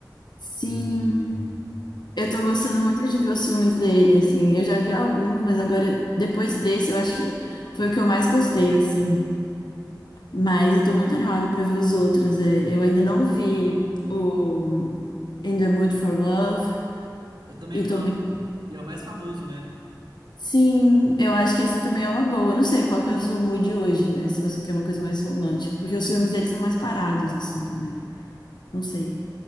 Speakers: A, on the left (about 70°); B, on the right (about 75°).
A: Sim,
B: E
A: eu tô gostando muito de ver os filmes dele, assim. Eu já vi alguns, mas agora, depois desse, eu acho que foi o que eu mais gostei, assim. Mas eu tô muito animada pra ver os outros. é. Eu ainda não vi o In the Mood for Love.
B: eu também
A: e
B: não.
A: tô muito
B: E é o mais famoso, né?
A: Sim, eu acho que essa também é uma boa. Eu não sei qual que é o seu mood hoje, né? Se você quer uma coisa mais romântica, porque os filmes deles são mais parados, assim, também. Não sei.